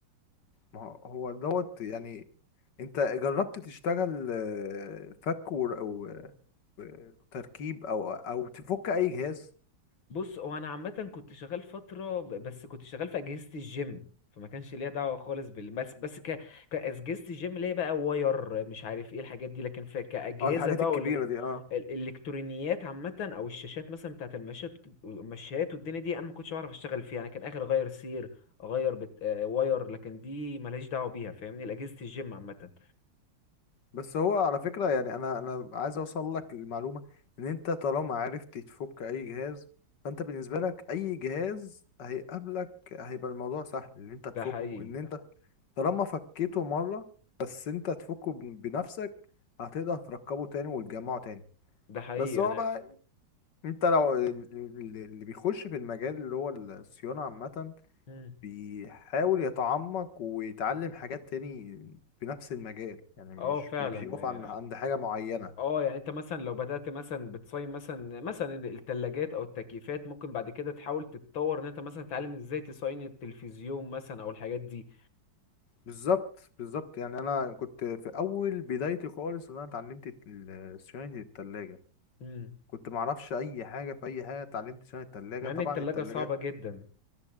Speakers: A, on the left (about 65°); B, on the left (about 80°).
A: ما هو هو دوت يعني انت جربت تشتغل آه، فك و... و... وتركيب او او تفك اي جهاز
B: بص هو انا عامه كنت شغال فتره ب- بس كنت شغال في اجهزه الجيم فما كانش ليا دعوه خالص بال بس بس ك... كاجهزه الجيم اللي هي بقى واير مش عارف ايه الحاجات دي لكن في كاجهزه
A: اه الحاجات
B: بقى
A: الكبيرة
B: والإلك...
A: دي اه
B: الالكترونيات عامه او الشاشات مثلا بتاعه المشات المشات والدنيا دي انا ما كنتش بعرف اشتغل فيها انا كان اخر اغير سير اغير بت... آه، واير لكن دي ملهاش دعوه بيها فاهمني الاجهزه الجيم عامه
A: بس هو على فكرة يعني انا انا عايز اوصل لك المعلومة ان انت طالما عرفت تفك اي جهاز فانت بالنسبة لك اي جهاز هيقابلك هيبقى الموضوع سهل ان انت تفكه
B: ده حقيقي
A: ان انت طالما فكيته مرة بس انت تفكه بن- بنفسك هتقدر تركبه تاني وتجمعه تاني
B: ده حقيقي
A: بس هو
B: انا
A: بقى انت لو ال- ال- اللي بيخش في المجال اللي هو الصيانة عامة
B: مم.
A: بيحاول يتعمق ويتعلم حاجات تاني في نفس المجال يعني مش
B: اه فعلا
A: بي- بيقف عند
B: يعني.
A: عند حاجة معينة
B: اه يعني انت مثلا لو بدأت مثلا بتصين مثلا مثلا الثلاجات او التكييفات ممكن بعد كده تحاول تتطور ان انت مثلا تتعلم ازاي تصين التلفزيون مثلا او الحاجات دي
A: بالظبط بالظبط يعني أنا كنت في أول بدايتي خالص إن أنا اتعلمت ال- صيانة التلاجة
B: امم
A: كنت معرفش أي حاجة في أي حاجة اتعلمت صيانة التلاجة
B: مع
A: طبعا
B: ان الثلاجة
A: التلاجات
B: صعبة جدا